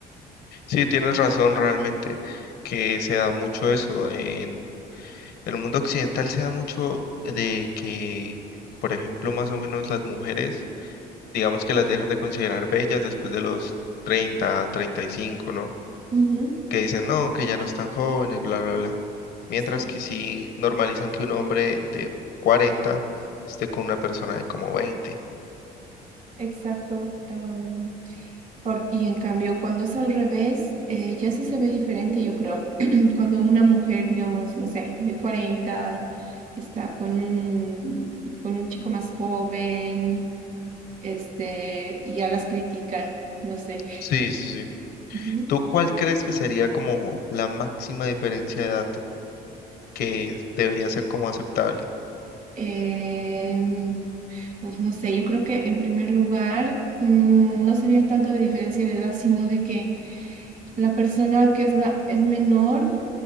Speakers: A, on the left (about 75°); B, on the right (about 50°).
A: Sí, tienes razón realmente que se da mucho eso, en el mundo occidental se da mucho de que, por ejemplo, más o menos las mujeres, digamos que las dejan de considerar bellas después de los treinta treinta y cinco, ¿no?
B: Ujú.
A: Que dicen, no, que ya no están jóvenes, bla, bla, bla. Mientras
B: Sí,
A: que sí normalizan que un hombre de cuarenta esté con una persona de como veinte.
B: exacto. am, por- y en cambio, cuando es al revés, eh, ya sí se ve diferente, yo creo. <clears throat> Cuando una mujer, digamos, no sé, de 40 está con un, con un chico más joven, este, y ya las critican, no sé.
A: Sí, sí, sí.
B: Ujú.
A: ¿Tú cuál crees que sería como la máxima diferencia de edad que debería ser como aceptable?
B: Em, Uf, no sé, yo creo que en primer lugar mm, no sería tanto de diferencia de edad, sino de que la persona que es la es menor